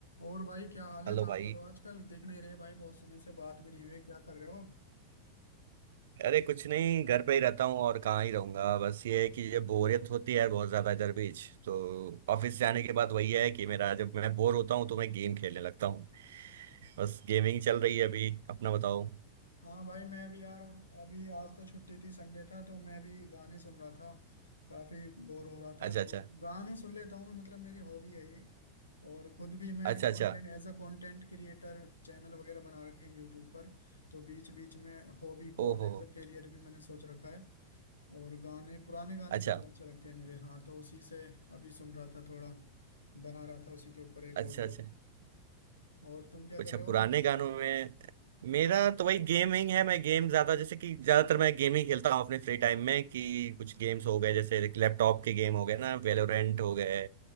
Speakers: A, on the left; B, on the right.
A: और भाई क्या हाल है
B: Hello
A: कहाँ
B: भाई
A: पर हो आजकल दिख नहीं रहे भाई बहुत समय से बात भी नहीं हुई क्या कर रहे हो अब
B: अरे कुछ नहीं घर पे ही रहता हूँ और कहाँ ही रहूंगा बस ये है कि ये बोरियत होती है बहुत ज्यादा इधर बीच तो ऑफिस जाने के बाद वही है कि मेरा जब मैं बोर होता हूँ तो मैं गेम खेलने लगता हूँ बस गेमिंग चल रही है अभी अपना बताओ
A: हाँ भाई मैं भी यार अभी आज तो छुट्टी थी संडे था तो मैं भी गाने सुन रहा था काफी बोर हो रहा था
B: अच्छा
A: तो
B: अच्छा
A: गाने सुन लेता हूँ मतलब मेरी हॉबी है ये और खुद भी मैं
B: अच्छा अच्छा
A: content as a content creator channel वगैरह बना रखे हैं यूट्यूब पर तो बीच बीच में हॉबी को
B: ओहो
A: एज अ करियर भी मैंने सोच रखा है और गाने पुराने गाने
B: अच्छा
A: ज्यादा अच्छे लगते हैं मुझे हाँ तो उसी से अभी सुन रहा था थोड़ा बना रहा था उसी के ऊपर एक
B: अच्छा
A: ऑडियो
B: अच्छा
A: और तुम क्या
B: कुछ
A: कर रहे हो
B: पुराने गानों में मेरा तो वही गेमिंग है मैं गेम ज्यादा जैसे कि ज्यादातर मैं गेम ही खेलता हूँ अपने फ्री टाइम में कि कुछ गेम्स हो गए जैसे लैपटॉप के गेम हो गए ना वेलोरेंट हो गए